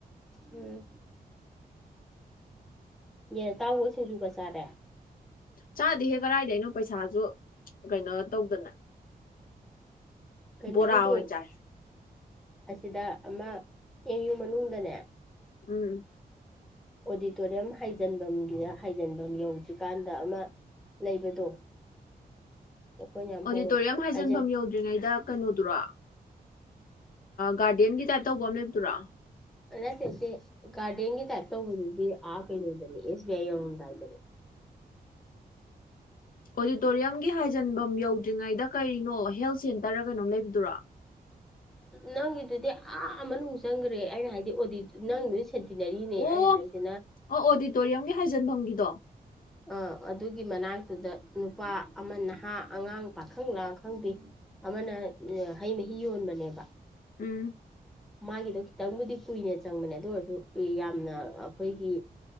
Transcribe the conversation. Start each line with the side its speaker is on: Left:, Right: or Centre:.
Centre: ꯎꯝ ꯌꯦꯟ ꯑꯇꯥꯎꯕ ꯁꯤꯡꯖꯨꯒ ꯆꯥꯔꯦ
Left: ꯆꯥꯗꯦꯍꯦ ꯀꯔꯥꯏꯗꯩꯅꯣ ꯄꯩꯁꯥꯁꯨ ꯀꯩꯅꯣ ꯇꯧꯗꯅ
Centre: ꯀꯩꯅꯣꯒꯤꯗꯣ
Left: ꯕꯣꯔꯥ ꯑꯣꯏ ꯆꯥꯏ
Centre: ꯑꯁꯤꯗ ꯑꯃ ꯑꯦꯝ ꯌꯨ ꯃꯅꯨꯡꯗꯅꯦ
Left: ꯎꯝ
Centre: ꯑꯣꯗꯤꯇꯣꯔꯤꯌꯝ ꯍꯥꯏꯖꯟꯕꯝꯒꯤꯗ ꯍꯥꯏꯖꯟꯕꯝ ꯌꯧꯗ꯭ꯔꯤꯀꯥꯟꯗ ꯑꯃ ꯂꯩꯕꯗꯣ ꯑꯩꯈꯣꯏꯅ ꯌꯥꯝ
Left: ꯑꯣꯗꯤꯇꯣꯔꯤꯌꯝ
Centre: ꯍꯧꯋꯦ
Left: ꯍꯥꯏꯖꯟꯐꯝ
Centre: ꯍꯥꯏꯖꯟ
Left: ꯌꯧꯗ꯭ꯔꯤꯉꯩꯗ ꯀꯩꯅꯣꯗꯨꯔꯣ ꯒꯥꯔꯗꯦꯟꯒꯤ ꯇꯥꯏꯞ ꯇꯧꯕ ꯑꯃ ꯂꯩꯕꯇꯨꯔꯣ
Centre: ꯑꯥ ꯅꯠꯇꯦ ꯅꯠꯇꯦ ꯒꯥꯗꯦꯟꯒꯤ ꯇꯥꯏꯞ ꯇꯧꯕꯗꯨꯗꯤ ꯑꯥ ꯀꯩꯩꯅꯣꯗꯅꯦ ꯑꯦꯁ ꯕꯤ ꯌꯥꯏ ꯌꯧꯔꯝꯗꯥꯏꯗꯅꯦ
Left: ꯑꯣꯗꯤꯇꯣꯔꯤꯌꯝꯒꯤ ꯍꯥꯏꯖꯟꯕꯝ ꯌꯧꯗ꯭ꯔꯤꯉꯩꯗ ꯀꯔꯤꯅꯣ ꯍꯦꯜ ꯁꯦꯟꯇꯔ ꯀꯩꯅꯣꯝ ꯂꯩꯕꯗꯨꯔꯣ
Centre: ꯅꯪꯒꯤꯗꯨꯗꯤ ꯑꯥ ꯃꯅꯨꯡ ꯆꯪꯈ꯭ꯔꯦ ꯑꯩꯅ ꯍꯥꯏꯗꯤ ꯑꯣꯗꯤ ꯅꯪꯒꯤꯗꯤ ꯁꯦꯇꯤꯅꯔꯤꯅꯦ
Left: ꯑꯣ
Centre: ꯑꯩꯅ ꯍꯥꯏꯁꯤꯅ
Left: ꯑꯣ ꯑꯣꯗꯤꯇꯣꯔꯤꯌꯝꯒꯤ ꯍꯥꯏꯖꯟꯐꯝꯒꯤꯗꯣ
Centre: ꯑ ꯑꯗꯨꯒꯤ ꯃꯅꯥꯛꯇꯨꯗ ꯅꯨꯄꯥ ꯑꯃ ꯅꯍꯥ ꯑꯉꯥꯡ ꯄꯥꯈꯪꯂ ꯈꯪꯗꯦ ꯑꯃꯅ ꯍꯩ ꯃꯍꯤ ꯌꯣꯟꯕꯅꯦꯕ
Left: ꯎꯝ
Centre: ꯃꯥꯒꯤꯗꯣ ꯈꯤꯇꯪꯕꯨꯗꯤ ꯀꯨꯏꯅ ꯆꯪꯕꯅꯦ ꯑꯗꯨ ꯑꯣꯏꯔꯁꯨ ꯌꯥꯝꯅ ꯑꯈꯣꯏꯒꯤ